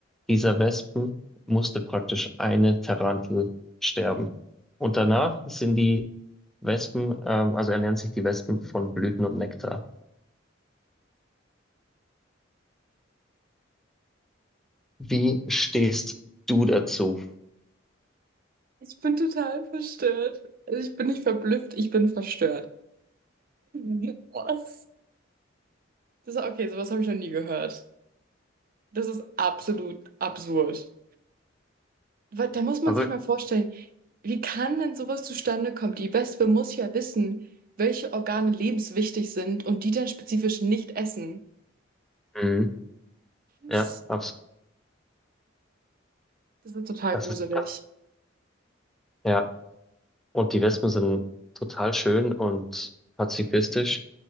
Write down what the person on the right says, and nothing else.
Ich bin total verstört. Also ich bin nicht verblüfft, ich bin verstört. Mhm. Was? Das ist okay, sowas habe ich noch nie gehört. Das ist absolut absurd. Weil da muss man
sich mal vorstellen, wie kann denn sowas zustande kommen? Die Wespe muss ja wissen, welche Organe lebenswichtig sind und die dann spezifisch nicht essen.
Das
das ist total
gruselig.